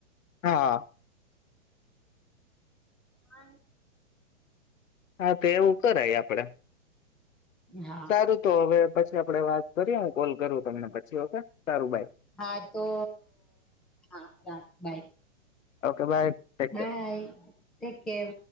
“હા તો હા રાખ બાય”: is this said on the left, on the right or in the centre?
Centre